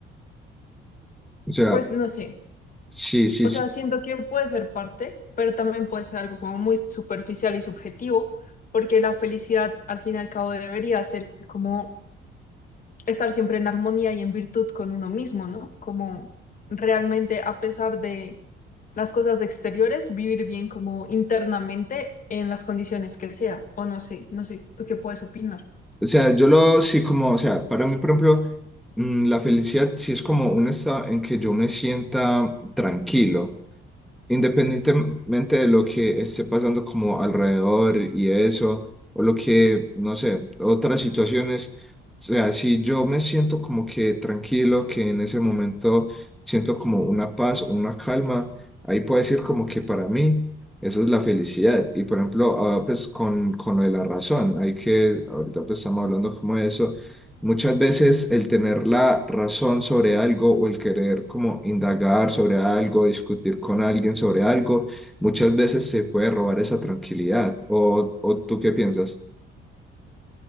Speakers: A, in the centre; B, on the left.
A: O sea,
B: Pues no sé.
A: sí, sí,
B: O
A: sí.
B: sea, siento que puede ser parte, pero también puede ser algo como muy superficial y subjetivo, porque la felicidad al fin y al cabo debería ser como estar siempre en armonía y en virtud con uno mismo, ¿no? Como realmente a pesar de las cosas exteriores, vivir bien como internamente en las condiciones que sea, o no sé, no sé, ¿tú qué puedes opinar?
A: O sea, yo lo sí como, o sea, para mí, por ejemplo, mm, la felicidad sí es como un estado en que yo me sienta tranquilo. independientemente de lo que esté pasando como alrededor y eso, o lo que, no sé, otras situaciones, o sea, si yo me siento como que tranquilo, que en ese momento siento como una paz, una calma, ahí puedo decir como que para mí esa es la felicidad. Y por ejemplo, ahora pues con, con lo de la razón, hay que, ahorita pues estamos hablando como de eso Muchas veces el tener la razón sobre algo o el querer como indagar sobre algo, discutir con alguien sobre algo, muchas veces se puede robar esa tranquilidad. ¿O, o tú qué piensas?